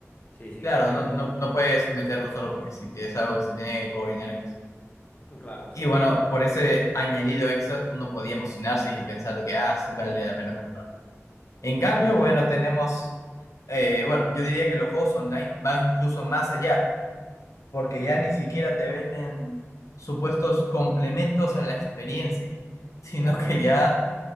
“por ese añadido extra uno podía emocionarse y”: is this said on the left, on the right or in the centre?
Left